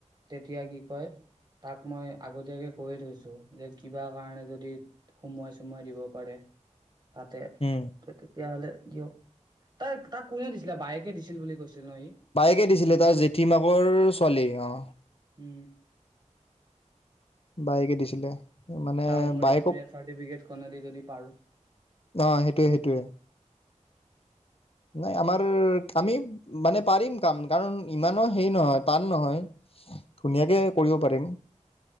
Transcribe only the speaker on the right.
তেতিয়া কি কয় তাক মই আগতীয়াকে কৈয়ে থৈছোঁ, যে কিবা কাৰণে যদি সোমোৱাই-চোমোৱাই দিব পাৰে। তাতে
<unintelligible> তেতিয়া হলে কিয় তাই তাক কোনে দিছিলে বায়েকে দিছিল বুলি কৈছিল ন সি
উম।
চাওঁ, মোৰ
এক্সপিৰিয়েঞ্চ চাৰ্টিফিকেটখনে দি যদি পাৰোঁ।